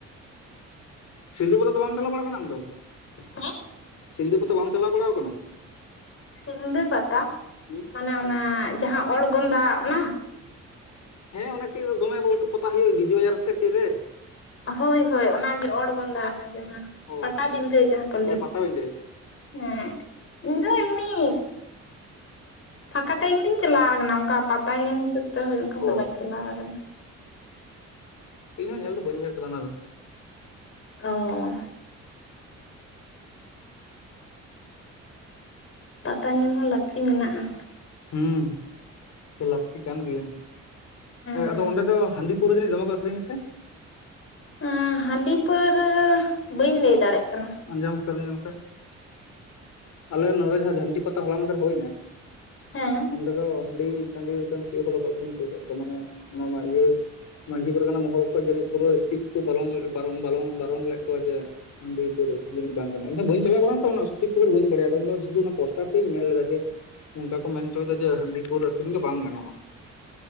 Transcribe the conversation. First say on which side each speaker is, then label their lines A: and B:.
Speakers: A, on the left (about 65°); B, on the left (about 45°).
A: ᱥᱤᱞᱫᱟᱹ ᱯᱟᱛᱟ ᱫᱚ ᱵᱟᱢ ᱪᱟᱞᱟᱣ ᱵᱟᱲᱟ ᱠᱟᱱᱟ ᱟᱢᱫᱚ?
B: ᱦᱮᱸ
A: ᱥᱤᱞᱫᱟᱹ ᱯᱟᱛᱟ ᱵᱟᱢ ᱪᱟᱞᱟᱣ ᱵᱟᱲᱟᱣ ᱟᱠᱟᱱᱟ?
B: ᱥᱤᱞᱫᱟᱹ ᱯᱟᱛᱟ
A: ᱦᱩᱸ
B: ᱢᱟᱱᱮ ᱚᱱᱟ ᱡᱟᱦᱟᱸ ᱚᱲᱜᱚᱱᱫᱟ ᱚᱱᱟ?
A: ᱦᱮᱸ ᱚᱱᱟ ᱪᱮᱫ ᱫᱚ ᱫᱚᱢᱮ ᱞᱟᱹᱴᱩ ᱯᱟᱛᱟ ᱦᱩᱭᱩᱜᱼᱟ ᱵᱤᱡᱚᱭᱟ ᱨᱮᱥᱮ ᱪᱮᱫ ᱨᱮ
B: ᱦᱳᱭ ᱦᱳᱭ ᱚᱱᱟᱜᱮ ᱚᱬᱜᱚᱱᱫᱟ ᱚᱱᱟ ᱡᱟᱦᱟᱸ
A: ᱚ
B: ᱯᱟᱴᱟᱵᱤᱱᱫᱟᱹ ᱡᱟᱦᱟᱸ ᱠᱚ ᱞᱟᱹᱭ
A: ᱦᱮᱸ ᱯᱟᱛᱟᱵᱤᱸᱰᱟᱹ
B: ᱦᱮᱸ ᱤᱧ ᱫᱚ ᱮᱢᱱᱤ ᱯᱷᱟᱸᱠᱟ ᱴᱟᱭᱤᱢ ᱜᱤᱧ ᱪᱟᱞᱟᱣ ᱠᱟᱱᱟ ᱚᱝᱠᱟ ᱯᱟᱛᱟ ᱧᱮᱞ ᱦᱤᱥᱟᱹᱵᱽ ᱛᱮ ᱦᱳᱭ ᱚᱝᱠᱟ ᱫᱚ
A: ᱚ
B: ᱵᱟᱹᱧ ᱪᱟᱞᱟᱣ ᱠᱟᱱᱟ᱾
A: ᱤᱧᱹᱦᱚᱸ ᱧᱮᱞ ᱫᱚ ᱵᱟᱹᱧ ᱧᱮᱞ ᱠᱟᱫᱟ ᱚᱱᱟ ᱫᱚ᱾
B: ᱚ ᱯᱟᱛᱟ ᱧᱮᱞ ᱦᱚᱸ ᱞᱟᱹᱠᱛᱤ ᱢᱮᱱᱟᱜᱼᱟ᱾
A: ᱦᱩᱸ ᱥᱮ ᱞᱟᱹᱠᱛᱤ ᱠᱟᱱ ᱜᱮᱭᱟ᱾ ᱮ
B: ᱦᱮᱸ
A: ᱟᱫᱚ ᱚᱸᱰᱮ ᱫᱚ ᱦᱟᱸᱰᱤ ᱯᱟᱹᱣᱨᱟᱹ ᱡᱟᱹᱱᱤᱡ ᱫᱚᱢᱮ ᱠᱚ ᱟᱹᱠᱷᱨᱤᱧᱟ ᱥᱮ?
B: ᱮᱸ ᱦᱟᱸᱰᱤ ᱯᱟᱹᱣᱨᱟᱹ ᱵᱟᱹᱧ ᱞᱟᱹᱭ ᱫᱟᱲᱮᱜ ᱠᱟᱱᱟ᱾
A: ᱟᱸᱡᱚᱢ ᱟᱠᱟᱫᱟᱹᱧ ᱚᱱᱠᱟ, ᱟᱞᱮ ᱱᱚᱰᱮ ᱡᱟᱦᱟᱸ ᱡᱷᱟᱱᱴᱤ ᱯᱟᱛᱟ ᱦᱚᱞᱟ ᱢᱟᱸᱫᱷᱮᱨ ᱦᱩᱭᱱᱟ᱾
B: ᱦᱮᱸ
A: ᱚᱸᱰᱮ ᱫᱚ ᱦᱟᱸᱰᱤ ᱴᱟᱸᱰᱤ ᱮᱠᱫᱚᱢ ᱪᱮᱜ ᱦᱚᱸ ᱵᱟᱠᱚ ᱟᱹᱠᱷᱨᱤᱧ ᱪᱚ ᱠᱟᱜ ᱠᱚᱣᱟ ᱢᱟᱱᱮ ᱚᱱᱟᱢᱟ ᱤᱭᱟᱹ ᱢᱟᱡᱷᱤ ᱯᱟᱨᱜᱟᱱᱟ ᱢᱚᱦᱚᱞ ᱠᱷᱚᱡ ᱡᱟᱹᱱᱤᱡ ᱯᱩᱨᱟᱹ ᱥᱴᱤᱴ ᱠᱚ ᱯᱟᱞᱚᱱ ᱯᱟᱨᱚᱱ ᱵᱟᱵᱚᱱ ᱵᱟᱨᱚᱱ ᱞᱮᱜ ᱠᱚᱣᱟ ᱡᱮ ᱟᱺᱰᱤ ᱯᱟᱹᱨᱣᱟᱹ ᱟᱹᱠᱷᱨᱤᱧ ᱫᱚ ᱱᱤᱡ ᱵᱟᱝ ᱜᱟᱱᱚᱜᱼᱟ, ᱤᱧ ᱦᱚᱸ ᱵᱟᱹᱧ ᱪᱟᱞᱟᱣ ᱠᱟᱱᱟ ᱛᱚ ᱚᱱᱟ ᱥᱚᱴᱷᱤᱠ ᱠᱷᱚᱵᱚᱨ ᱵᱟᱹᱧ ᱵᱟᱲᱟᱭᱟ ᱤᱧ ᱥᱩᱫᱩ ᱚᱱᱟ ᱯᱳᱥᱴᱟᱨ ᱛᱮᱜ ᱤᱧ ᱧᱮᱞ ᱞᱮᱫᱟ ᱡᱮ ᱱᱚᱝᱠᱟ ᱠᱚ ᱢᱮᱱᱪᱚᱭ ᱫᱟ ᱡᱮ ᱦᱟᱸᱰᱤ ᱯᱟᱹᱣᱨᱟᱹ ᱟᱹᱠᱷᱨᱤᱧ ᱫᱚ ᱵᱟᱝ ᱜᱟᱱᱚᱜᱼᱟ᱾